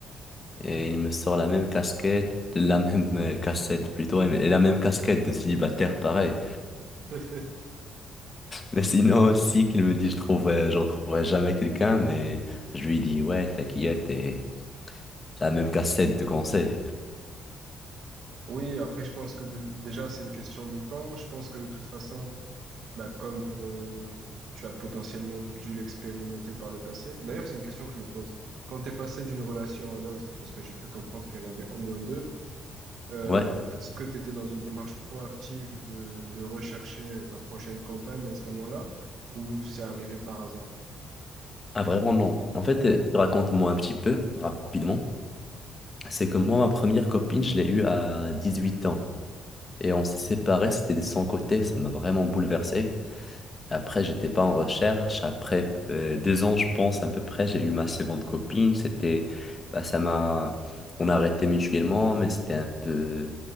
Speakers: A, on the left; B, on the right.
A: Et il me sort la même casquette, la même euh, cassette plutôt, et et la même casquette de célibataire, pareil.
B: <laughs>
A: Mais sinon aussi, qu'il me dit, je trouve, euh, j'en trouverai jamais quelqu'un, mais je lui dis, ouais, t'inquiète, et la même cassette de conseil.
B: Oui, après, je pense que de- déjà, c'est une question de temps. Je pense que de toute façon, bah, comme pour le... tu as potentiellement dû l'expérimenter par le passé. D'ailleurs, c'est une question que je me pose. Quand t'es passé d'une relation à l'autre, parce que j'ai cru comprendre qu'il y en avait au moins deux, Euh,
A: Ouais,
B: est-ce que tu étais dans une démarche proactive de, de rechercher ta prochaine campagne à ce moment-là, ou c'est arrivé par hasard?
A: ah, vraiment non. En fait, euh, raconte-moi un petit peu, rapidement. C'est que moi, ma première copine, je l'ai eue à 18 ans. Et on s'est séparés, c'était de son côté, ça m'a vraiment bouleversé. Après, j'étais pas en recherche. Après euh, deux ans, je pense, à peu près, j'ai eu ma seconde copine. C'était, bah, ça m'a, on a arrêté mutuellement, mais c'était un peu